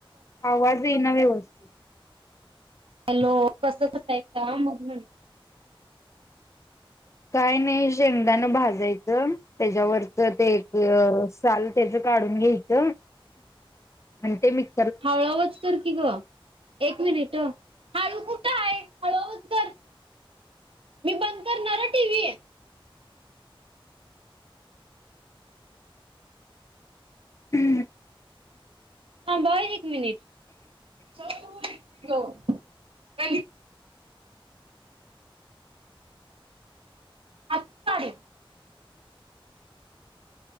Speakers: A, on the left; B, on the right.
A: आवाज ईना व्यवस्थित.
B: हॅलो! कसं कसायं काम मग म्हटलं?
A: काय नाही शेंगदाणा भाजायचं त्याच्यावरच ते एक साल त्याच काढून घ्यायचं, आणि ते मिक
B: हळू आवाज कर की गं एक मिनिट अ. हळू कुठं हाय, हळू आवाज कर मी बंद करणार ह टी व्ही.
A: हम.
B: थांबा हं एक मिनिट. <unintelligible> हो, <unintelligible> दातचं काडीनं.